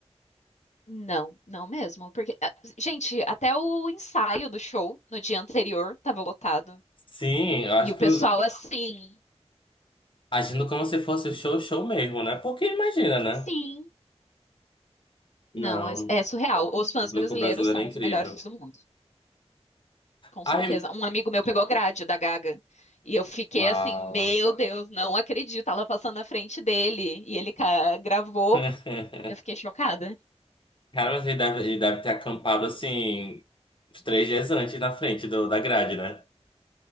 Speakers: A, on the left; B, on the left.
A: não, não mesmo, porque ah, gente, até o ensaio do show no dia anterior tava lotado
B: Sim, eu acho
A: e o pessoal
B: que
A: assim,
B: Agindo como se fosse show, show mesmo, né? Porque imagina, né?
A: sim.
B: Não,
A: Não, é, é
B: o
A: surreal. Os fãs
B: público
A: brasileiros
B: brasileiro
A: são
B: é incrível.
A: os melhores do mundo, com
B: Ai,
A: certeza. Um amigo meu pegou grade da Gaga e eu fiquei
B: uau.
A: assim, meu Deus, não acredito. Ela passando na frente dele e ele ca- gravou.
B: <laughs>
A: Eu fiquei chocada.
B: Cara, mas ele deve, ele deve ter acampado assim, uns três dias antes na frente do, da grade, né?